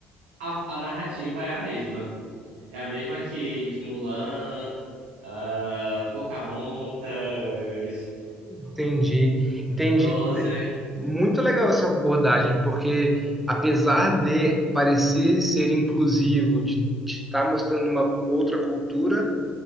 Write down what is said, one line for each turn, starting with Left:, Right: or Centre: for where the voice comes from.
Right: a, a narrativa é a mesma. É a mesma que de Mulan, ah, Pocahontas,
Centre: entendi. Entendi.
Right: Frozen,
Centre: Muito legal essa abordagem, porque apesar de parecer ser inclusivo, de estar mostrando uma outra cultura,